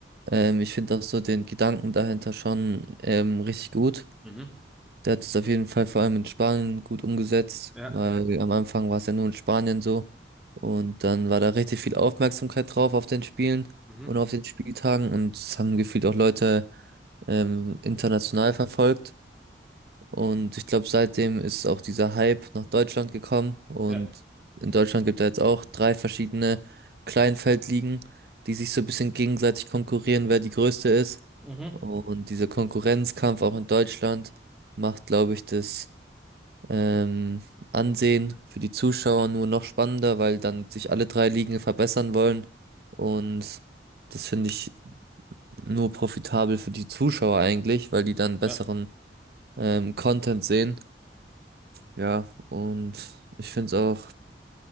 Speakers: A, on the right (about 55°); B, in the centre.
A: Ähm, ich finde auch so den Gedanken dahinter schon ähm, richtig gut.
B: mhm,
A: Der hat es auf jeden Fall vor allem in Spanien gut umgesetzt,
B: Ja.
A: weil am Anfang war es ja nur in Spanien so. Und dann war da richtig viel Aufmerksamkeit drauf auf den Spielen
B: mhm.
A: und auf den Spieltagen. Und es haben gefühlt auch Leute ähm, international verfolgt. Und ich glaube, seitdem ist auch dieser Hype nach Deutschland gekommen. Und
B: Ja.
A: in Deutschland gibt es jetzt auch drei verschiedene Kleinfeldligen, die sich so ein bisschen gegenseitig konkurrieren, wer die größte ist.
B: Mhm.
A: Und dieser Konkurrenzkampf auch in Deutschland macht, glaube ich, das ähm, ansehen. Für die Zuschauer nur noch spannender, weil dann sich alle drei Ligen verbessern wollen. Und das finde ich nur profitabel für die Zuschauer eigentlich, weil die dann besseren
B: Ja.
A: ähm, Content sehen. Ja, und ich finde es auch